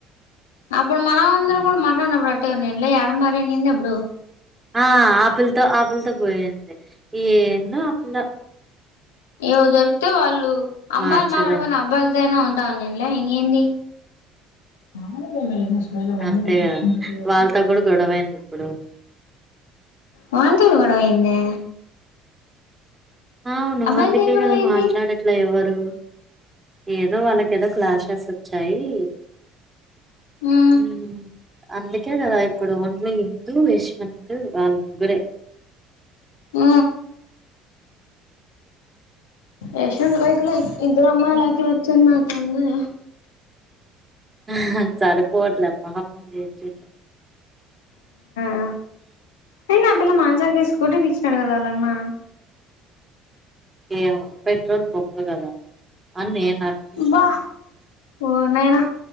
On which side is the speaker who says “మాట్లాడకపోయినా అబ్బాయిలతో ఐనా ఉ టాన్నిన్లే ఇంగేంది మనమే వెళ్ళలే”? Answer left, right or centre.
Left